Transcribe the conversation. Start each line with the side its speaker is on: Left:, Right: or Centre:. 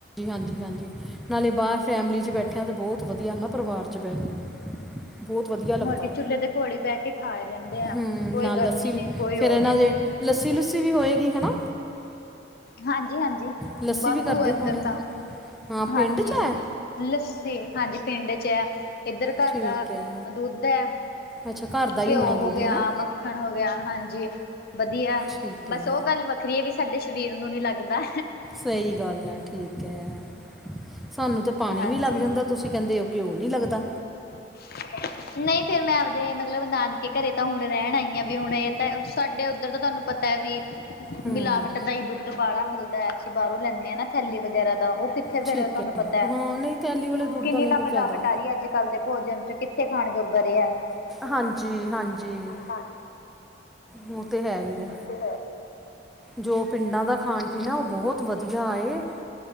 Centre: ਹਾਂਜੀ-ਹਾਂਜੀ, ਨਾਲੇ ਬਾਹਰ ਫੈਮਿਲੀ ਚ ਬੈਠਿਆਂ ਤੇ ਬਹੁਤ ਵਧੀਆ ਹਨਾ ਪਰਿਵਾਰ ਚ ਬਹਿ ਕੇ। ਬਹੁਤ ਵਧੀਆ ਲੱਗਦਾ
Left: ਹੋਰ ਕੀ ਚੁੱਲ੍ਹੇ ਦੇ ਕੋਲ ਹੀ ਬਹਿ ਕੇ ਖਾ ਲੈਂਦੇ ਆ
Centre: ਹੂੰ,
Left: ਕੋਈ
Centre: ਨਾਲ
Left: ਗਰਮੀ
Centre: ਲੱਸੀ
Left: ਨਹੀਂ
Centre: ਵੀ
Left: ਕੋਈ
Centre: ਫੇਰ
Left: ਉਹ
Centre: ਇਹਨਾਂ
Left: ਨਹੀਂ
Centre: ਦੇ ਲੱਸੀ ਲੁੱਸੀ ਵੀ ਹੋਏਗੀ ਹੈ ਨਾ।
Left: ਹਾਂਜੀ-ਹਾਂਜੀ,
Centre: ਲੱਸੀ
Left: ਵਾਧੂ
Centre: ਵੀ ਕਰਦੇ
Left: ਆ ਇੱਧਰ
Centre: ਹੋਣੇ
Left: ਤਾਂ
Centre: ਹਾਂ,
Left: ਹਾਂਜੀ
Centre: ਪਿੰਡ 'ਚ ਹੈ।
Left: ਲੱਸੀ ਹਾਂਜੀ, ਪਿੰਡ ਚ ਹੈ ਇੱਧਰ ਘਰ
Centre: ਠੀਕ
Left: ਦਾ
Centre: ਹੈ
Left: ਦੁੱਧ ਹੈ।
Centre: ਅੱਛਾ ਘਰ ਦਾ ਹੀ
Left: ਘਿਓ
Centre: ਹੋਣਾ
Left: ਹੋ
Centre: ਦੁੱਧ
Left: ਗਿਆ,
Centre: ਹਨਾ
Left: ਮੱਖਣ ਹੋ ਗਿਆ, ਹਾਂਜੀ। ਵਧੀਆ
Centre: ਠੀਕ
Left: ਬਸ
Centre: ਹੈ
Left: ਉਹ ਗੱਲ ਵੱਖਰੀ ਹੈ, ਵੀ ਸਾਡੇ ਸਰੀਰ ਨੂੰ ਨੀ ਲੱਗਦਾ।
Centre: ਸਹੀ ਗੱਲ ਹੈ, ਠੀਕ ਹੈ ਸਾਨੂੰ ਤਾਂ ਪਾਣੀ
Left: ਹਾਂਜੀ
Centre: ਵੀ ਲੱਗ ਜਾਂਦਾ। ਤੁਸੀਂ ਕਹਿੰਦੇ ਹੋ ਘਿਓ ਨੀ ਲੱਗਦਾ।
Left: <unintelligible> ਨਹੀਂ ਫੇਰ ਮੈਂ ਆਪਦੇ ਮਤਲਬ, ਨਾਨਕੇ ਘਰੇ ਤਾਂ ਹੁਣ ਰਹਿਣ ਆਈ ਹਾਂ ਵੀ ਹੁਣ, ਇਹ ਤਾਂ ਸਾਡੇ ਉੱਧਰ ਤਾਂ ਤੁਹਾਨੂੰ ਪਤਾ। ਵੀ
Centre: ਹੂੰ
Left: ਮਿਲਾਵਟ ਦਾ ਹੀ ਦੁੱਧ ਬਾਹਲਾ ਮਿਲਦਾ ਹੈ, ਅਸੀਂ ਬਾਹਰੋਂ ਲੈਂਦੇ। ਨਾ ਥੈਲੀ ਵਗੈਰਾ ਦਾ ਉਹ ਕਿੱਥੇ
Centre: ਠੀਕ
Left: ਫੇਰ ਤੁਹਾਨੂੰ ਪਤਾ ਹੈ,
Centre: ਹਾਂ ਨਹੀਂ ਤੈਲੀ ਵਾਲੇ ਦੁੱਧ
Left: ਕਿੰਨੀ
Centre: ਦਾ ਨਹੀਂ
Left: ਤਾਂ
Centre: ਕੋਈ
Left: ਮਿਲਾਵਟ
Centre: ਫਾਇਦਾ
Left: ਆ ਰਹੀ ਹੈ, ਅੱਜ ਕੱਲ ਦੇ ਭੋਜਨ ਚ ਕਿੱਥੇ ਖਾਣ ਜੋਗਾ ਰਿਹਾ।
Centre: ਹਾਂਜੀ-ਹਾਂਜੀ,
Left: ਹਾਂ
Centre: ਉਹ ਤੇ ਹੈ, ਹੀ ਆ।
Left: ਤੇ,
Centre: ਜੋ ਪਿੰਡਾਂ ਦਾ ਖਾਣ ਪੀਣ ਹੈ, ਉਹ ਬਹੁਤ ਵਧੀਆ ਏ